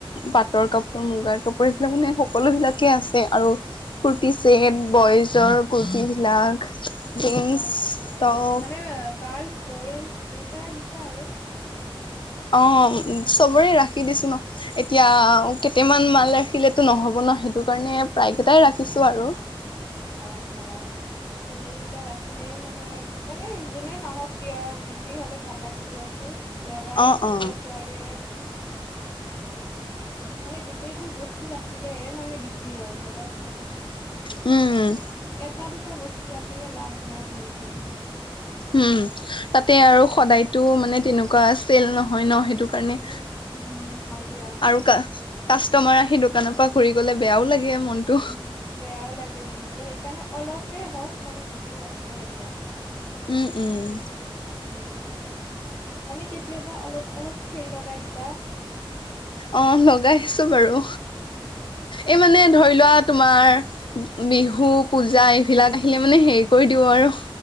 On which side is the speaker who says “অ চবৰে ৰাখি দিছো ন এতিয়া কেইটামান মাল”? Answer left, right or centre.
Left